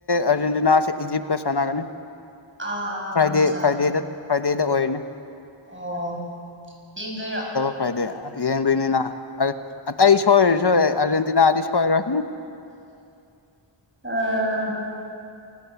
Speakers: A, on the left; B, on the right.
A: ꯑꯔꯖꯦꯟꯇꯤꯅꯥꯁꯦ ꯏꯖꯤꯞ ꯀ ꯁꯅꯥꯒꯅꯦ
B: ꯑꯥ ꯑꯥ
A: ꯐ꯭ꯔꯥꯏꯗꯦ
B: ꯑꯠꯆꯥ
A: ꯐ꯭ꯔꯥꯏꯗꯦꯗ ꯐ꯭ꯔꯥꯏꯗꯦꯗ ꯑꯣꯏꯔꯅꯦ
B: ꯑꯣ ꯌꯦꯡꯗꯣꯏꯔꯣ
A: ꯍꯣꯏꯗꯤ ꯌꯦꯡꯗꯣꯏꯅꯤꯅ ꯑꯇꯩ ꯁꯣꯏꯔꯁꯨ ꯑꯥꯔꯖꯦꯟꯇꯤꯅꯥꯗꯤ ꯁꯣꯏꯔꯣꯏ
B: ꯑꯥ